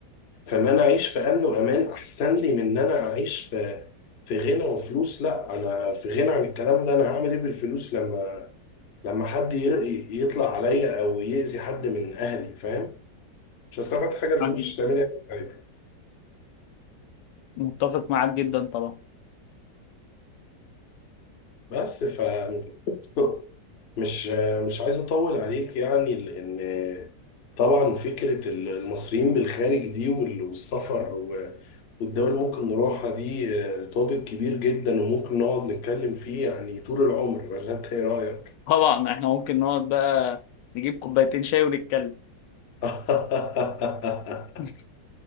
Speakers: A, on the left; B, on the left.
A: فإن أنا أعيش في أمن وأمان أحسن لي من إن أنا أعيش في في غنى وفلوس لا أنا في غنى عن الكلام ده أنا هعمل إيه بالفلوس لما لما حد ي- ي- يطلع عليا أو يأذي حد من أهلي فاهم مش هستفاد حاجة الفلوس
B: معاك جدا
A: مش هتعمل لي حاجة ساعتها
B: متفق معاك جدا طبعا
A: بس ف <laughs> مش مش عايز اطول عليك يعني لان طبعا فكره المصريين بالخارج دي وال- والسفر و- والدول اللي ممكن نروحها دي توبيك كبير جدا وممكن نقعد نتكلم فيه يعني طول العمر ولا انت ايه رايك؟
B: طبعا احنا ممكن نقعد بقى نجيب كوبايتين شاي ونتكلم
A: <laughs>
B: <laughs>